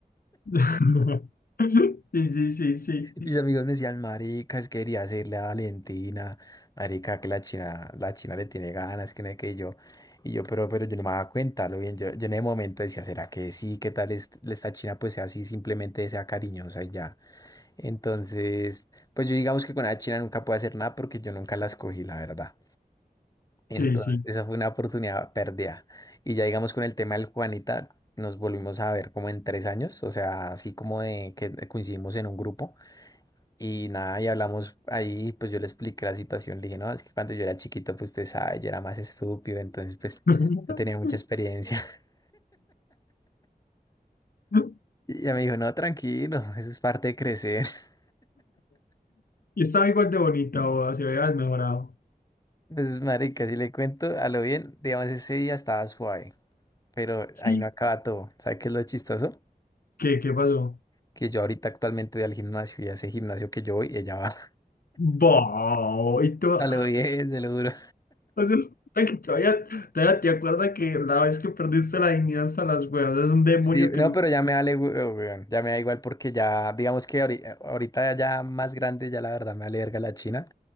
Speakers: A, on the left; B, on the left.
A: <laughs> Sí, sí, sí, sí,
B: Mis amigos me decían, marica, es que quería hacerle a Valentina, marica, que la China, la China le tiene ganas, que no sé qué, y yo, y yo, pero, pero yo no me daba cuenta, lo bien, yo, yo en el momento decía, ¿será que sí? ¿Qué tal es- esta China? Pues sea así, simplemente sea cariñosa y ya. Entonces, pues yo digamos que con la China nunca puedo hacer nada porque yo nunca la escogí, la verdad. Entonces,
A: sí, sí.
B: esa fue una oportunidad perdida. Y ya digamos con el tema del Juanita, nos volvimos a ver como en tres años, o sea, así como de que coincidimos en un grupo. Y nada, y hablamos ahí, pues yo le expliqué la situación, le dije, no, es que cuando yo era chiquito, pues usted sabe, yo era más estúpido, entonces pues
A: <laughs>
B: no tenía mucha experiencia. <laughs>
A: <laughs>
B: Y ella me dijo, no, tranquilo, eso es parte de crecer. <laughs>
A: Y estaba igual de bonita, o se había desmejorado.
B: Pues marica, si le cuento a lo bien, digamos, ese día estaba suave, pero
A: Sí.
B: ahí no acaba todo. ¿Sabe qué es lo chistoso?
A: ¿Qué, qué pasó?
B: Que yo ahorita actualmente voy al gimnasio y a ese gimnasio que yo voy, ella va.
A: Bo, y
B: <laughs>
A: tú, o
B: A lo bien, se lo juro.
A: sea, ay, que todavía, todavía te acuerdas que la vez que perdiste la dignidad hasta las huevas, es un demonio
B: Sí, no,
A: que nunca.
B: pero ya me vale, hue- weón, ya me da igual porque ya, digamos que ahori- ahorita ya más grande, ya la verdad me vale verga la China.